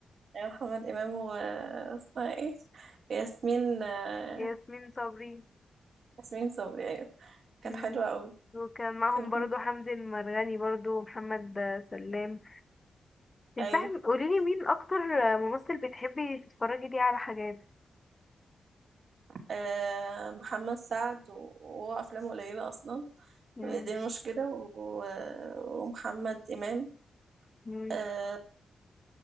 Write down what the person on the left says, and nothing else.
ياسمين صبري
مم.
وكان معهم
برضو حمدي المرغني برضو محمد سلام انصحي
قوليلي مين اكتر ممثل بتحبي تتفرجي ليه على حاجات
مم.
مم.